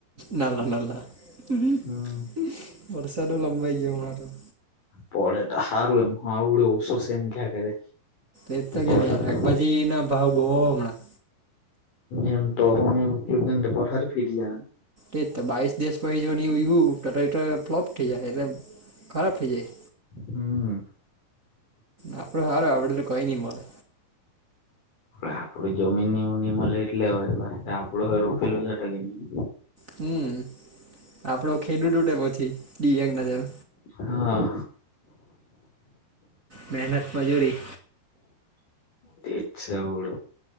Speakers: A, on the right; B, on the left.
A: નાના નાના વરસાદ
B: હમ
A: વરસાદ લંબાઈ ગયો હમણાં તો.
B: પડે તો હારું એમ હ આવડું ઓશો છે એમ ક્યાં કરે
A: એજ તો કેમ
B: વરસાદ
A: યાર હાકભાજી
B: તો
A: ના ભાવ બહુ હમણાં
B: એમ તોરહો <unintelligible> પથારે ફીટી જાન
A: એજ તો બાવીસ દિવસ પહિ હો ની ઊગું એ તો ફ્લોપ થઈ જ એટલે ખરાબ થઈ જાય
B: હમ્મ
A: આપડું હારું આપડે તો કઈ નઈ મળલે
B: આપડુ જમીન નીવ નિ મળે એટલે <unintelligible> આપડું રોપેલું જ એટ કે નહી
A: હમ્મ આપડો ખેડૂ તૂટે પછી વિવ્યાંગ ના જેમ
B: હા
A: મહેનત મજૂરી
B: તેજ હલ